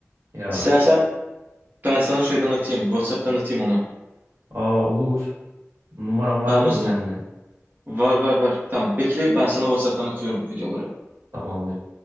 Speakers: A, on the right; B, on the right.
A: Ya.
B: İstersen ben sana şeyden atayım. WhatsApp'tan atayım onu.
A: Aa olur. Numaran var
B: Tamam
A: değil
B: o
A: mi
B: zaman.
A: sende?
B: Var var var. Tamam. Bekle ben sana WhatsApp'tan atıyorum videoları.
A: Tamamdır.